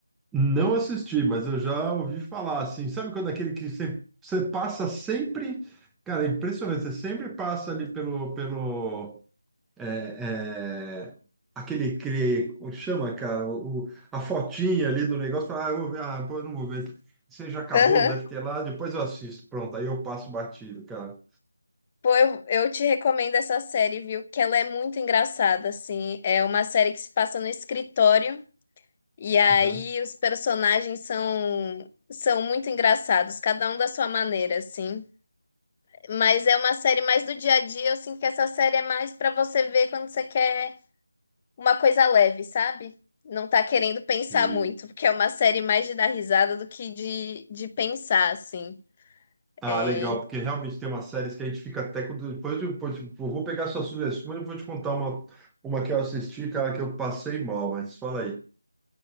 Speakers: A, in the centre; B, on the left.
A: Não assisti, mas eu já ouvi falar, assim. Sabe quando aquele que você, você passa sempre... Cara, é impressionante. Você sempre passa ali pelo, pelo, é, é, aquele cre, como chama, cara, o, a fotinha ali do negócio, fala, ah, eu vou ver, ah, pô, eu não vou ver. Você já acabou,
B: Aham.
A: deve ter lá, depois eu assisto. Pronto, aí eu passo batido, cara.
B: Pô, eu, eu te recomendo essa série, viu? Que ela é muito engraçada, assim. É uma série que se passa no escritório, e aí
A: Aham.
B: os personagens são, são muito engraçados, cada um da sua maneira, assim. Mas é uma série mais do dia a dia, eu sinto que essa série é mais pra você ver quando você quer. uma coisa leve, sabe? Não tá querendo pensar
A: Uhum.
B: muito, porque é uma série mais de dar risada do que de, de pensar, assim.
A: Ah,
B: É,
A: legal, porque realmente tem umas séries que a gente fica até quando. Depois eu, depois, tipo, eu vou pegar suas sugestões e vou te contar uma, uma que eu assisti, cara, que eu passei mal, mas fala aí.